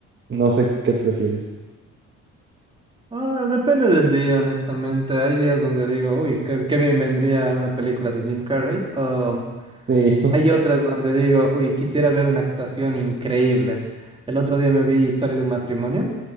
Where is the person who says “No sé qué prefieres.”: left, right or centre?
Right